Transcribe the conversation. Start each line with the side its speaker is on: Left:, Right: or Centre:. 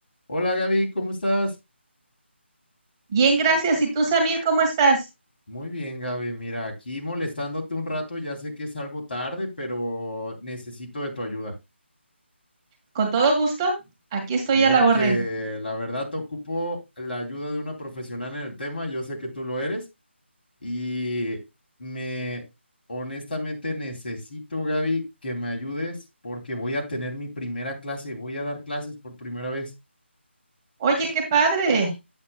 Left: Hola Gaby, ¿cómo estás?
Right: Bien, gracias. ¿Y tú, Samir, cómo estás?
Left: Muy bien, Gaby. Mira, aquí molestándote un rato, ya sé que es algo tarde, pero necesito de tu ayuda.
Right: Con todo gusto. Aquí estoy
Left: Mira
Right: a la orden.
Left: que la verdad te ocupo la ayuda de una profesional en el tema, yo sé que tú lo eres y me honestamente necesito, Gaby, que me ayudes porque voy a tener mi primera clase, y voy a dar clases por primera vez,
Right: Oye, qué padre.